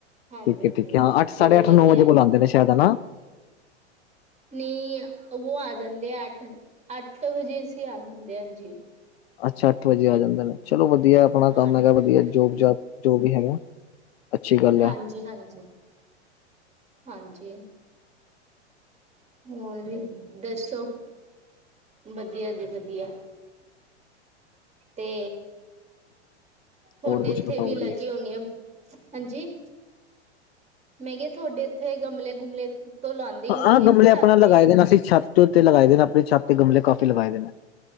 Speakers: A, on the right (about 20°); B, on the left (about 60°).
A: ਹਾਂਜੀ
B: ਠੀਕ ਹੈ
A: ਹਾਂਜੀ
B: ਠੀਕ ਹੈ
A: ਤੇ
B: ਹਾਂ ਅੱਠ ਸਾਢੇ
A: ਉਹ ਲੈ
B: ਅੱਠ ਨੌ
A: ਕੇ
B: ਵਜੇ
A: ਆਏ
B: ਕੋਲ ਬੁਲਾਉਂਦੇ ਨੇ ਸ਼ਾਇਦ ਹਨਾ।
A: ਨਹੀਂ ਉਹ ਆ ਜਾਂਦੇ ਆ ਅੱਠ, ਅੱਠ ਵਜੇ ਅਸੀਂ ਆ ਜਾਂਦੇ ਹਾਂਜੀ।
B: ਅੱਛਾ ਅੱਠ ਵਜੇ ਆ ਜਾਂਦੇ ਨੇ ਚਲੋ ਵਧੀਆ ਆਪਣਾ ਕੰਮ
A: ਹਾਂਜੀ
B: ਹੈਗਾ
A: ਹਾਂਜੀ
B: ਵਧੀਆ ਜੋਬ ਜੋ ਵੀ ਹੈਗਾ। ਅੱਛੀ ਗੱਲ ਹੈ
A: ਹਾਂਜ, ਹਾਂਜੀ, ਹਾਂਜੀ। ਹੋਰ ਦੱਸੋ। ਵਧੀਆ ਜੀ ਵਧੀਆ ਤੇ ਤੁਹਾਡੇ
B: ਹੋਰ ਕੁਛ
A: ਇੱਥੇ
B: ਬਤਾਓ
A: ਵੀ ਲਗੇ
B: ਜੀ
A: ਹੋਏ ਆ ਹਾਂਜੀ ਮੈਂ ਕਿਹਾ ਤੁਹਾਡੇ ਇੱਥੇ ਗਮਲੇ ਗੁਮਲੇ। ਤੋਂ ਲਾਉਂਦੇ ਹੀ
B: ਆਹ
A: ਹੋਣਗੇ
B: ਗਮਲੇ
A: ਛੱਤ
B: ਆਪਣਾ ਲਗਾਏ
A: ਤੇ
B: ਦੇ ਨੇ ਅਸੀਂ ਛੱਤ ਉੱਤੇ ਲਗਾਏ ਦੇ ਨੇ ਆਪਣੀ ਛੱਤ ਤੇ ਗਮਲੇ ਕਾਫ਼ੀ ਲਗਾਏ ਦੇ ਨੇ